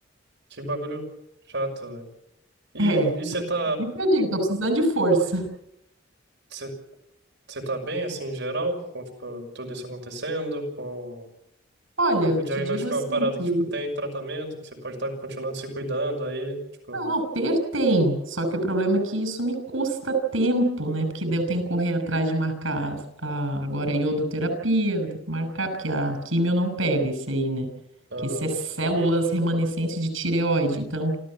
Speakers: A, on the right; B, on the right.
A: que bagulho chato, velho. E,
B: é.
A: e você tá,
B: Por isso que eu digo, tô precisando de força.
A: você você tá bem, assim, em geral, com, tipo, tudo isso acontecendo, com... O
B: Olha, eu
A: o
B: te
A: diagnóstico
B: digo assim
A: é uma parada
B: que
A: que, tipo, tem tratamento, que você pode estar continuando se cuidando aí, tipo,
B: Não, ter tem, só que o problema é que isso me custa tempo, né? Porque daí eu tenho que correr atrás de marcar as- a, agora a iodoterapia, vou ter que marcar, porque a químio não pega esse aí, né?
A: aham.
B: Que esse é células remanescentes de tireoide. Então,